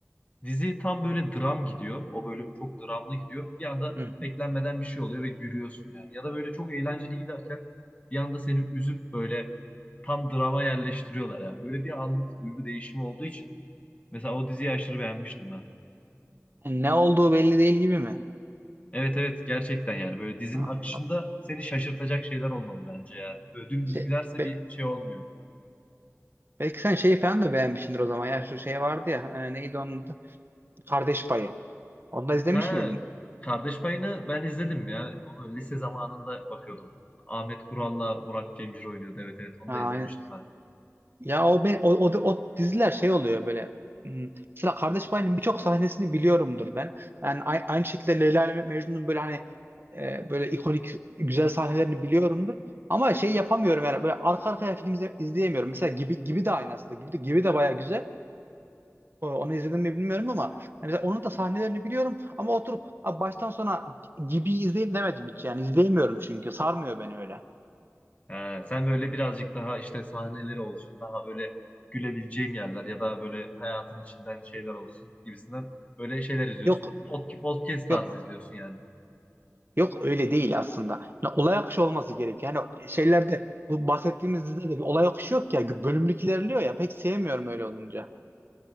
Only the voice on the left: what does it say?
Dizi tam böyle dram gidiyor. O bölüm çok dramlı gidiyor. Bir anda
beklenmeden bir şey oluyor ve gülüyorsun yani. Ya da böyle çok eğlenceli giderken bir anda seni üzüp böyle tam drama yerleştiriyorlar yani. Böyle bir anlık duygu değişimi olduğu için mesela o diziyi aşırı beğenmiştim ben.
Evet evet gerçekten yani böyle dizinin
akışında
seni şaşırtacak şeyler olmalı bence yani. Böyle dümdüz
giderse
bir şey olmuyor.
Ha,
Kardeş Payı'nı ben izledim ya. Onu lise zamanında bakıyordum. Ahmet Kural'la Murat Cemcir oynuyordu. Evet evet onu
da izlemiştim ben.
Ee, sen böyle birazcık daha işte sahneleri olsun, daha böyle gülebileceğim yerler ya da böyle hayatın içinden şeyler olsun gibisinden böyle şeyler izliyorsun.
Pod podcast tarzı
izliyorsun yani.